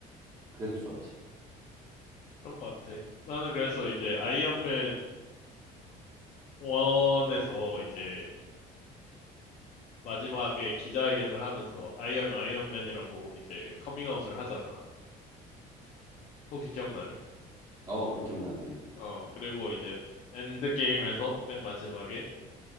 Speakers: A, on the right; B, on the left.
A: 그래서 좋았지.
B: 그런 것 같아. 나는 그래서 이제 아이언맨 1에서 이제 마지막에 기자회견을 하면서 I am 아이언맨이라고 이제 커밍아웃을 하잖아. 혹시 기억나니?
A: 어, 그 기억나지.
B: 어, 그리고 이제 엔드게임에서 맨 마지막에